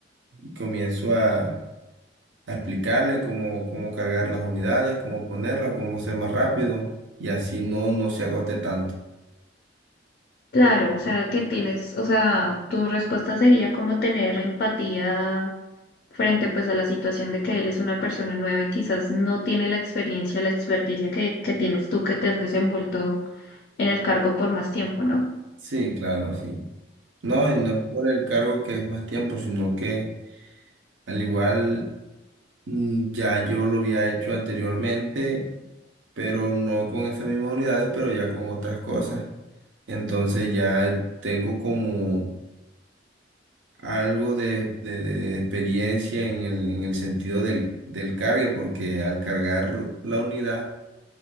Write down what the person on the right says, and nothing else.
y comienzo a a explicarle cómo, cómo cargar las unidades, cómo ponerlas, cómo ser más rápido y así no, no se agote tanto.
Sí, claro, sí. No, y no es por el cargo que es más tiempo, sino que al igual mm, ya yo lo había hecho anteriormente, pero no con esas mismas unidades, pero ya con otras cosas. Entonces ya tengo como algo de, de- de- de experiencia en el, en el sentido del, del cargue, porque al cargar la unidad,